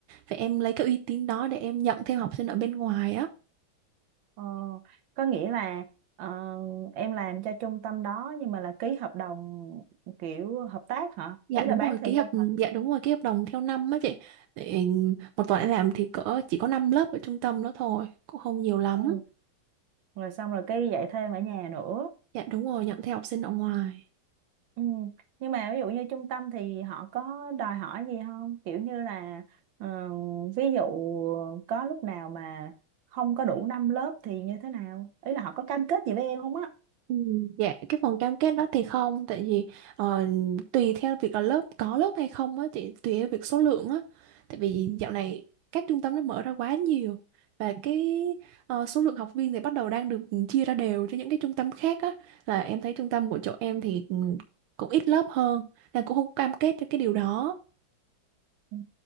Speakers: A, on the right; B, on the right.
A: vậy em lấy cái uy tín đó để em nhận thêm học sinh ở bên ngoài á
B: ờ, có nghĩa là ờ, em làm cho trung tâm đó nhưng mà là ký hợp đồng kiểu hợp tác hả
A: dạ
B: ý là
A: đúng
B: bán
A: rồi
B: thời
A: ký
B: gian
A: hợp
B: hả
A: dạ đúng rồi ký hợp đồng theo năm á chị để một tuần em làm thì cỡ chỉ có 5 lớp ở trung tâm đó thôi cũng không nhiều lắm
B: ừ rồi xong rồi cái dạy thêm ở nhà nữa
A: dạ đúng rồi nhận theo học sinh ở ngoài
B: ừ. nhưng mà ví dụ như trung tâm thì họ có đòi hỏi gì không kiểu như là ờ, ví dụ có lúc nào mà không có đủ 5 lớp thì như thế nào ý là họ có cam kết gì với em không á
A: Ừ, Dạ cái phần cam kết đó thì không tại vì ờ, tùy theo việc là lớp có lớp hay không á chị tùy theo việc số lượng á tại vì dạo này các trung tâm nó mở ra quá nhiều và cái ờ, số lượng học viên thì bắt đầu đang được chia ra đều cho những cái trung tâm khác á là em thấy trung tâm của chỗ em thì ừ, cũng ít lớp hơn nên cũng không cam kết cho cái điều đó
B: Ừ.